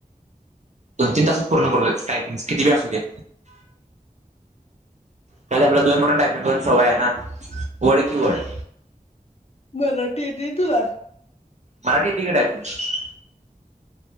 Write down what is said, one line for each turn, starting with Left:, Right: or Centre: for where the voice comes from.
Right: दोन तीन तासात पूर्ण करतो टायपिंग किती बे असू दे का आपलं दोन मोट टायपिंग करून सवय आहे ना वड कि वड
Left: मराठी येते तुला..
Right: मराठी तिक ट आहेप